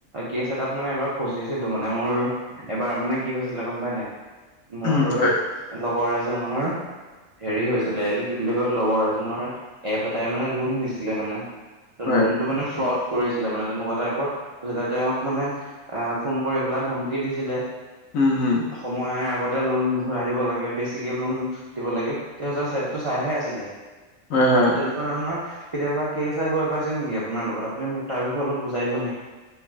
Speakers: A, on the right; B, on the left.
A: কেছ এটাত মানে এবাৰ ফচিছিলো মানে মোৰ এবাৰ মানে কি হৈছিলে গম পাই নাই মোৰ
B: উম হয়
A: লগৰ এজনৰ হেৰি হৈছিলে এইটো কি বুলি কয় লগৰ এজনৰ এপ এটাই মানে লোন দিছিলে মানে ত
B: হয়
A: লোনতটো মানে ফ্ৰড কৰিছিলে মানে তেনেকুৱা টাইপৰ হৈছিলে তেওঁক মানে এহ ফোন কৰি পেলাই ধমকি দিছিলে
B: উম হুম
A: সময়ে আগতে লোন ঘূৰাই দিব লাগে বেছিকে লোন দিব লাগে তেওঁ যে চেপটো চাইহে
B: হয়
A: তেনেকুৱা
B: হয়
A: তেনেকুৱা ধৰণৰ কেতিয়াবা কেচ এ হৈ পাইছে নিকি আপোনাৰ লগত আপুনি মোক তাৰ বিষয়ে অলপ বুজাই দিব নি